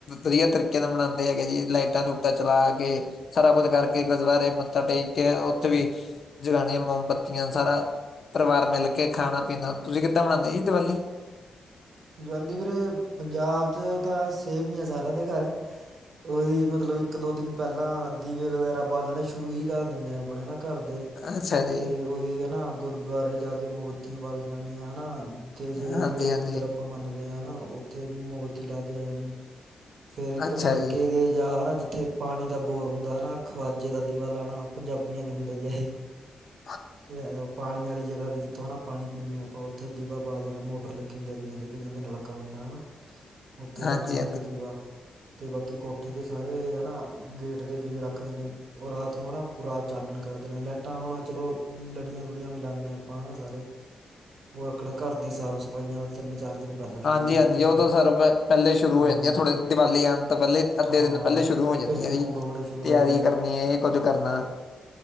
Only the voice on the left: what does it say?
ਵਧੀਆ ਤੱਰੀਕੇ ਨਾਲ ਮਨਾਂਦੇ ਹੈਗੇ ਜੀ, ਲਾਈਟਾਂ-ਲੂਟਾਂ ਚਲਾਕੇ ਸਾਰਾ ਕੁੱਝ ਕਰ ਕੇ ਗੁਰਦੁਆਰੇ ਮੱਥਾ ਟੇਕਕੇ ਉਥੇ ਵੀ ਜਗਾਣੀਆਂ ਮੋਮਬੱਤੀਆਂ ਸਾਰਾ ਪਰਿਵਾਰ ਮਿਲਕੇ ਖਾਣਾ-ਪੀਣਾ, ਤੁਸੀ ਕਿੱਦਾਂ ਮਨਾਂਦੇ ਜੀ ਦੀਵਾਲੀ?
ਅੱਛਾ ਜੀ
ਹਾਂਜੀ
ਹਾਂਜੀ
ਅੱਛਾ
ਜੀ
<inaudible>
ਹਾਂਜੀ
ਹਾਂਜੀ ਹਾਂਜੀ
<inaudible>
ਹਾਂਜੀ-ਹਾਂਜੀ,
ਉਹ
ਤਾਂ ਸਰ ਪਹਿਲੇ ਸ਼ੁਰੂ ਹੋ
ਜਾਂਦੀਆਂ, ਥੋੜੇ ਦੀਵਾਲੀ ਆਉਣ ਤੋਂ ਪਹਿਲੇ ਕਿੰਨੇ
ਦਿਨ ਪਹਿਲੇ ਸ਼ੁਰੂ
ਹੋ ਜਾਂਦੀ
ਹੈਜੀ,
ਤਿਆਰੀ
ਕਰਨੀ
ਇਹ ਕੁੱਝ ਕਰਨਾ।